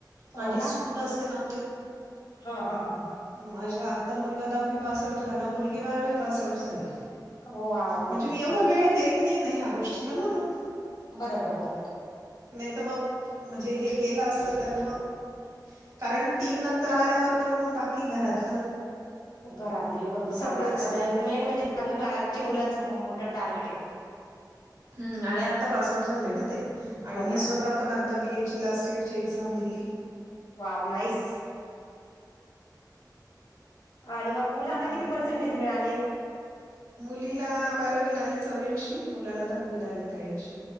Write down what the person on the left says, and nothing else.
हो
का
हा हा हा.
वाव नाईस
बरोबर बरोबर
घरात ही लय भरपूर
कामे असतात. आणि मेन म्हणजे दहावी बारावीच्या मुलांच मोठ टारगेट आहे.
हो
ना
वाव! नाईस! आणि मग मुलांना
किती पर्सेंटेज
मिळाले?